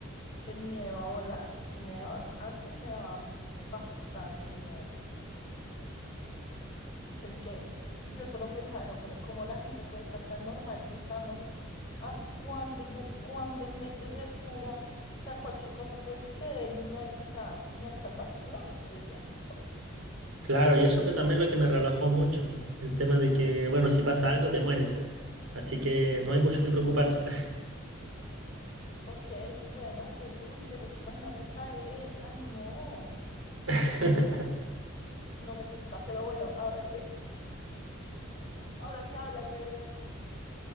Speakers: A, on the left; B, on the right.
A: el miedo a volar. Sí me daba, antes me daba bastante miedo. Es que yo solo pensaba, no, pero ¿cómo la gente puede estar tan normal si estamos a cuántos, no sé cuántos metros de altura? O sea, cualquier cosa puede suceder y no hay, o sea, no hay salvación, ¿me entiendes?
B: Claro, y eso fue también lo que me relajó mucho, el tema de que, bueno, si pasa algo, te mueres. Así que no hay mucho que preocuparse.
A: Ok, bueno, pues, uy, pero es que imagínate caer, ay, no,
B: <laughs>
A: no me gusta, pero bueno, ahora que, <laughs> ahora que hablas de,